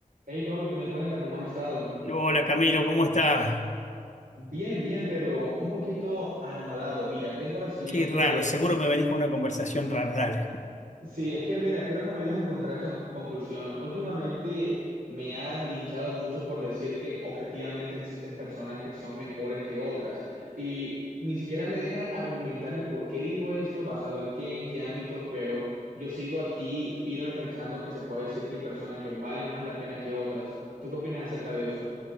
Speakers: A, on the right; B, on the left.
A: Hey Pablo, ¿qué me cuentas? ¿Cómo has estado?
B: Hola Camilo, ¿cómo estás?
A: Bien, bien, pero un poquito anonadado. Mira, tengo la siguiente.
B: Qué raro, seguro me venís con una conversación rara, dale.
A: Sí, es que mira, quiero que me ayudes a encontrar esta conclusión. Últimamente me han linchado mucho por decir que objetivamente existen personas que son mejores que otras y ni siquiera me dejan argumentar el por qué digo esto, basado en qué, en qué ámbitos, pero yo sigo aquí firme pensando que se puede decir que hay personas que valen más la pena que otras. ¿Tú qué opinas acerca de eso?